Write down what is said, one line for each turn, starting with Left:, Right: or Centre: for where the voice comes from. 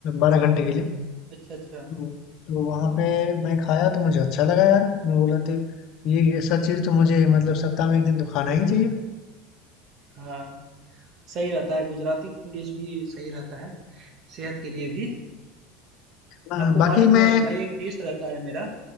Left: 12 घंटे के लिए।
Right: अच्छा अच्छा
Left: तो तो वहाँ पे मैं खाया तो मुझे अच्छा लगा यार, मैं बोला तो ये ये सब चीज़ तो मुझे मतलब सप्ताह में एक दिन तो खाना ही चाहिए।
Right: हाँ सही रहता है गुजराती डिश भी सही रहता है सेहत के लिए भी
Left: हाँ,
Right: आपको
Left: बाकी
Right: मालूम
Left: मैं
Right: है मैं एक डिश रहता है मेरा